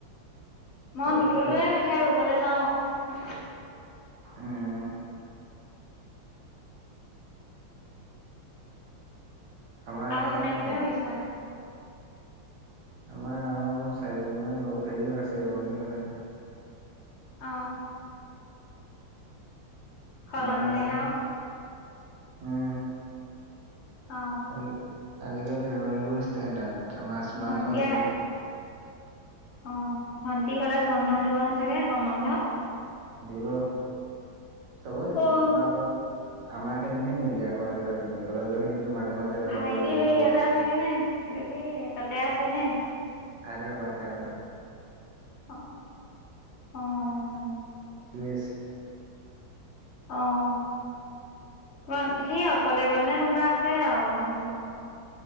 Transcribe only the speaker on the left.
মই
নুতোলোৱে
কঠিয়া ৰুবলৈ যাওঁ।
আৰু
কোনে কোনে
ৰুইছা।
অ সলনিলে
হে
অ
ভন্টিয়ে
অ ভণ্টি কলেজ বন্ধ দিব ন চাগে গৰম বন্ধ
অ'।
ভাইটি
সেই
ইয়াতে আছেগে নে এইটো কি তাতে আছে নে
অ অহ
অ তোমাৰ সেইয়া কলে গলে নে কোনোবা আছে আৰু তোমালোকৰ